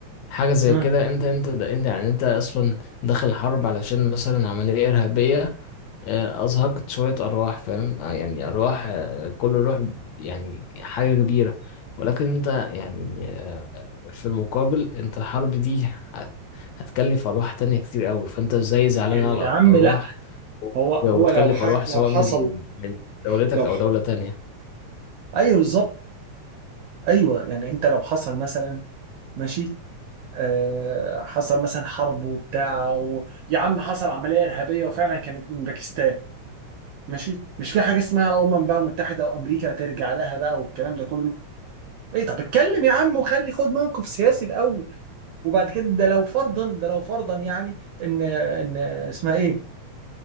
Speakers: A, on the left; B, on the right.
A: حاجة زي
B: مم.
A: كده أنت أنت ده أنت يعني أنت أصلا داخل حرب علشان مثلا عملية إرهابية آه، أزهقت شوية أرواح فاهم آه، يعني أرواح آه، كل روح يعني حاجة كبيرة ولكن أنت يعني آه، في المقابل أنت الحرب دي هت- هتكلف أرواح تانية كتير أوي فأنت إزاي زعلان
B: يا
A: على
B: عم
A: أرواح
B: لا هو هو
A: وبتكلف
B: لو ح...
A: أرواح
B: لو
A: سواء من
B: حصل
A: من دولتك
B: لو
A: أو دولة تانية
B: ايوه بالظبط ايوه يعني انت لو حصل مثلا ماشي آه حصل مثلا حرب وبتاع و... يا عم حصل عمليه ارهابيه وفعلا كانت من باكستان ماشي مش في حاجه اسمها امم بقى متحده وامريكا ترجع لها بقى والكلام ده كله ايه طب اتكلم يا عم وخلي خد موقف سياسي الاول وبعد كده ده لو فرضا ده لو فرضا يعني ان ان اسمها ايه